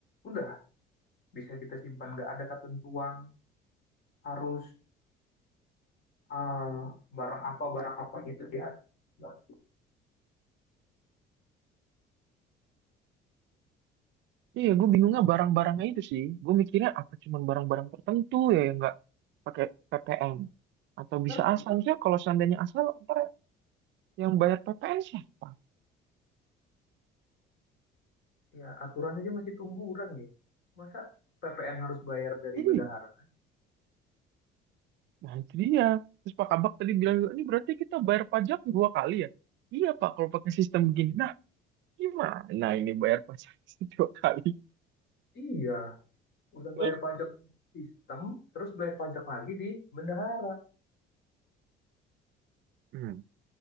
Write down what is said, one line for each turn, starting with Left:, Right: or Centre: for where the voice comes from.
Left: udah bisa kita simpan nggak ada ketentuan harus ah, barang apa barang apa gitu dia nggak
Right: Iya, gue bingungnya barang-barangnya itu sih. Gue mikirnya apa cuman barang-barang tertentu ya yang nggak pakai PPN? Atau bisa
Left: benar sih
Right: asal sih? Kalau seandainya asal, ntar yang bayar PPN siapa?
Left: ya aturan aja masih tungguran deh masa PPN harus bayar dari
Right: Iya.
Left: bendahara
Right: Nah, itu dia. Terus Pak Kabak tadi bilang, ini berarti kita bayar pajak dua kali ya? Iya Pak, kalau pakai sistem begini. Nah, gimana ini bayar pajak <laughs> dua kali?
Left: iya udah
Right: Eh,
Left: bayar pajak sistem terus bayar pajak lagi di bendahara
Right: Hmm.